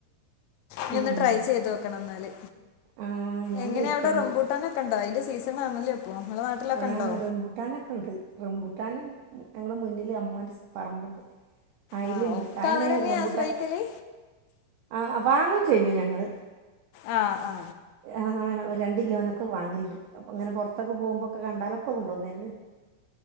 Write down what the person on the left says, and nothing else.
ന ഒന്ന് ട്രൈ ചെയ്ത് വെക്കണം എന്നാല്
എങ്ങനെയാ
അവിടെ റംബൂട്ടനൊക്കെ ഉണ്ടാവ അതില് സീസൺ ആണല്ലേ ഇപ്പൊ നിങ്ങളെ നാട്ടിലൊക്കെ
ഉണ്ടോ
ആ ഒക്കെ
അവരെന്നെ
ആശ്രയിക്കല്
ആ ആ